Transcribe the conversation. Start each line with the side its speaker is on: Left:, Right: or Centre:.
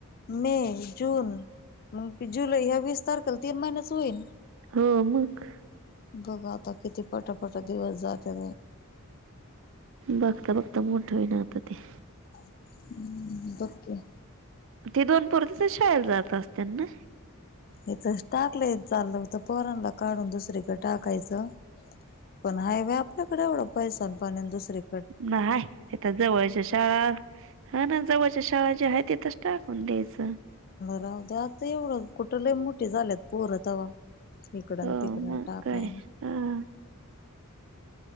Left: मे जून मगं जुलै ह्या वीस तारखेला तीन महिन्याच होईल.
Right: हो मग.
Left: बघा आता किती पटपट दिवस जाते.
Right: बघता बघता मोठा होई ना आता ते.
Left: हम्म बघ की.
Right: ते दोन पोर तिथंच शाळेला जात असतील ना.
Left: हे तर टाकले चाललं तर पोरांला काढून दुसरीकडे टाकायचं. पण हायवे आपल्याकडे एवढं पैसान पाणे दुसरीक
Right: नाही जवळच्या शाळा हा ना जवळच्या शाळा ज्या आहेत टाकून द्यायचं.
Left: राहूद्या आता एवढं कुठ लय मोठे झाल्यात पोर इकडन
Right: हो
Left: तिकडन
Right: मग
Left: टाकायला.
Right: काय हा